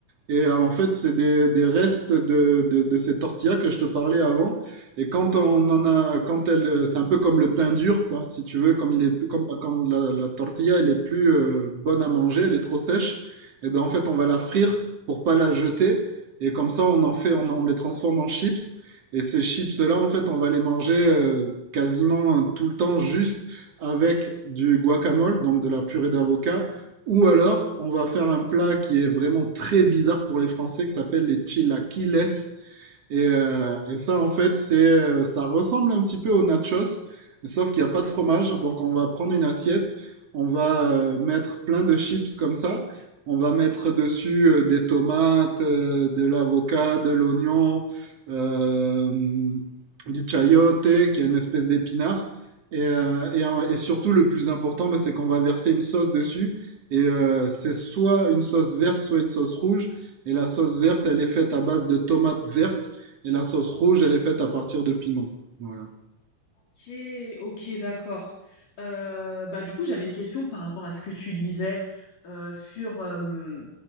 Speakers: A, on the right; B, on the left.
A: Et euh, en fait, c'est des, des restes de, de, de ces tortillas que je te parlais avant. Et quand on en a, quand elle, euh, c'est un peu comme le pain dur, quoi, si tu veux, comme il est, plus- comme quand la, la tortilla, elle est plus euh, bonne à manger, elle est trop sèche. Et ben en fait, on va la frire pour pas la jeter. Et comme ça, on en fait, on, on les transforme en chips. Et ces chips-là, en fait, on va les manger euh, quasiment euh, tout le temps juste avec du guacamole, donc de la purée d'avocat. Ou alors, on va faire un plat qui est vraiment très bizarre pour les Français, qui s'appelle les chilaquiles. Et, euh, et ça, en fait, c'est, euh, ça ressemble un petit peu aux nachos, mais sauf qu'il n'y a pas de fromage. Donc, on va prendre une assiette, on va euh, mettre plein de chips comme ça. On va mettre dessus euh, des tomates, euh, de l'avocat, de l'oignon, euh, du chayote, qui est une espèce d'épinard. Et, euh, et, et surtout, le plus important, bah, c'est qu'on va verser une sauce dessus. Et euh, c'est soit une sauce verte, soit une sauce rouge. Et la sauce verte, elle est faite à base de tomates vertes et la sauce rouge, elle est faite à partir de piment. Voilà.
B: Ok, ok, d'accord. Euh, bah du coup, j'avais une question par rapport à ce que tu disais euh, sur, euh,